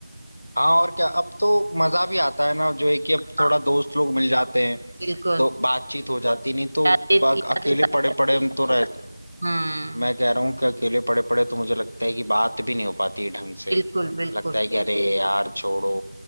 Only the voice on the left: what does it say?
हाँ और क्या अब तो मजा भी आता है ना जो है कि अब
थोड़ा दोस्त लोग मिल जाते हैं
तो बातचीत हो जाती नहीं तो
प- अकेले
पड़े पड़े हम तो रह
मैं कह रहा हूँ कि अकेले पड़े पड़े तो मुझे लगता है कि बात भी नहीं हो पाती ढंग से
लगता है कि अरे यार छोड़ो